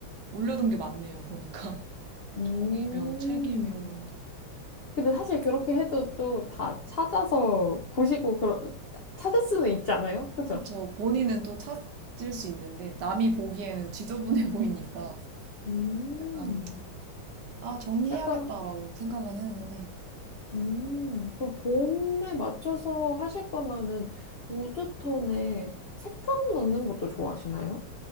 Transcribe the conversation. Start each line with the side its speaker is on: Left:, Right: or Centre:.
Right: 올려둔 게 많네요, 보니까. <laughs>
Left: 음.
Right: 종이며, 책이며.
Left: 근데 사실 그렇게 해도 또 다 찾아서 보시고, 그러, 찾을 수는 있지 않아요? 그죠?
Right: 그쵸. 본인은 또 찾을 수 있는데, 남이 보기에는 지저분해 <laughs> 보이니까
Left: 음,
Right: 약간, 아, 정리해야겠다라고
Left: 약간,
Right: 생각은 했는데,
Left: 음, 그 봄에 맞춰서 하실 거면은 우드톤에 색감 넣는 것도 좋아하시나요?